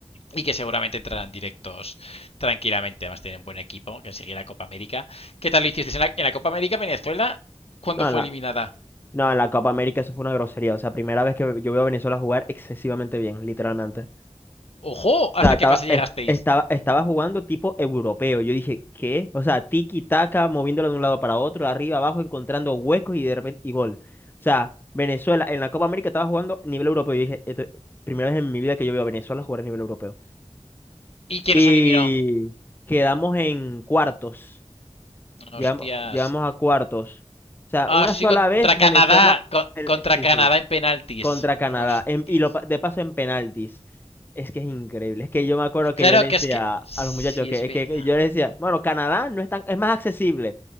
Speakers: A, on the left; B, on the left.
A: y que seguramente entrarán directos tranquilamente. Además tienen buen equipo que sigue la Copa América. ¿Qué tal lo hicisteis en la, en la Copa América Venezuela? ¿Cuándo
B: No,
A: fue
B: en la,
A: eliminada?
B: no, en la Copa América eso fue una grosería. O sea, primera vez que yo veo a Venezuela jugar excesivamente bien, literalmente.
A: ¡Ojo! ¿Hasta
B: sea, estaba,
A: qué fase llegasteis?
B: est- estaba, estaba jugando tipo europeo. Yo dije, ¿qué? O sea, tiki-taka, moviéndolo de un lado para otro, arriba, abajo, encontrando huecos y de repente, y gol. O sea, Venezuela en la Copa América estaba jugando nivel europeo. Yo dije, "Esto- primera vez en mi vida que yo veo a Venezuela jugar a nivel europeo.
A: ¿Y quién
B: Y
A: os eliminó?
B: quedamos en cuartos.
A: Hostias,
B: Llegamos, llegamos a cuartos. O sea, una
A: Ah, sí,
B: sola
A: contra
B: vez
A: Canadá.
B: Venezuela.
A: co-
B: el-
A: contra
B: sí,
A: Canadá
B: sí
A: en penaltis.
B: contra Canadá.
A: Hostias.
B: en- y lo, pa- de paso en penaltis. Es que es increíble. Es que yo me acuerdo
A: Claro
B: que yo le decía
A: que es que. Sí,
B: a los muchachos que,
A: es verdad.
B: que- que yo les decía, bueno, Canadá no es tan, es más accesible.